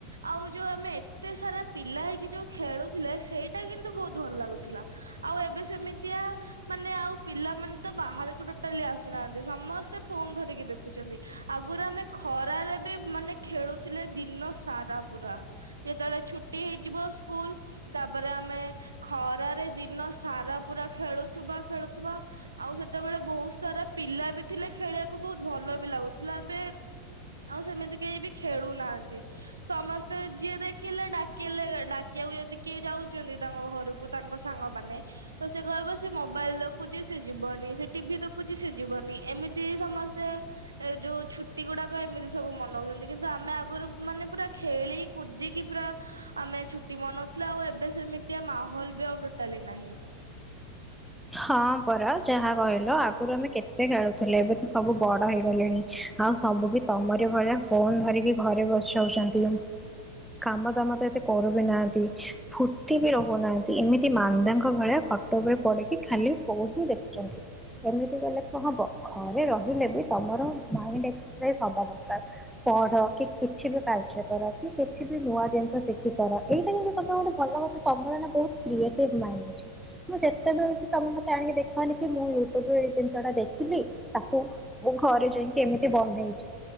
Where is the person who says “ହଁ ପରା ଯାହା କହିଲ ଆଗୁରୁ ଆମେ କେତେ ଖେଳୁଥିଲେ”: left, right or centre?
Centre